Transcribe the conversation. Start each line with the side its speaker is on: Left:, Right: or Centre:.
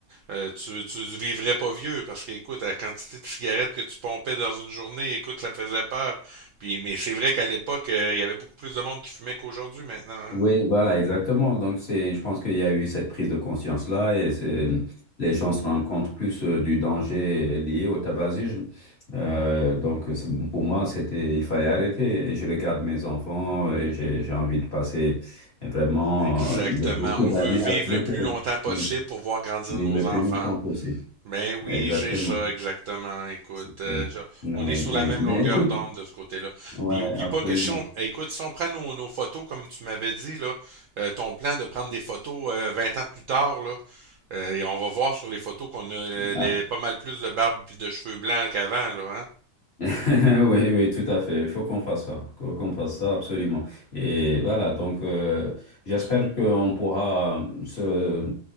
Right: Euh, tu, tu vivrais pas vieux parce qu'écoute, la quantité de cigarettes que tu pompais dans une journée, écoute, ça faisait peur. Puis, mais c'est vrai qu'à l'époque, euh, il y avait beaucoup plus de monde qui fumait qu'aujourd'hui maintenant. hein.
Left: Oui, voilà, exactement. Donc, c'est, je pense qu'il y a eu cette prise de conscience-là et c'est, les gens se rendent compte plus euh, du danger lié au tabagisme. Euh, donc, c'est- pour moi, c'était, il fallait arrêter. Et je regarde mes enfants et j'ai, j'ai envie de passer vraiment
Right: Exactement.
Left: euh, de beaucoup
Right: On
Left: d'années
Right: veut vivre
Left: avec
Right: le plus
Left: eux.
Right: longtemps possible
Left: Oui.
Right: pour voir grandir
Left: Vivre
Right: nos
Left: le
Right: enfants.
Left: plus longtemps possible.
Right: Ben oui,
Left: Exactement.
Right: c'est ça, exactement. Écoute,
Left: C'est-
Right: euh, je-
Left: Oui,
Right: on est sur
Left: oui.
Right: la même
Left: Ben,
Right: longueur
Left: écoute,
Right: d'onde de ce côté-là.
Left: ouais,
Right: Puis oublie
Left: absolument.
Right: pas que si on, écoute, si on prend nos, nos photos, comme tu m'avais dit, là, euh, ton plan de prendre des photos euh, 20 ans plus tard, là, euh, et on va voir sur les photos qu'on a euh, les,
Left: Ah,
Right: pas mal plus de barbe puis de cheveux blancs qu'avant, là, hein?
Left: <laughs> Oui, oui, tout à fait. Il faut qu'on fasse ça, qu'on qu'on fasse ça absolument. Et voilà, donc euh, j'espère qu'on pourra se,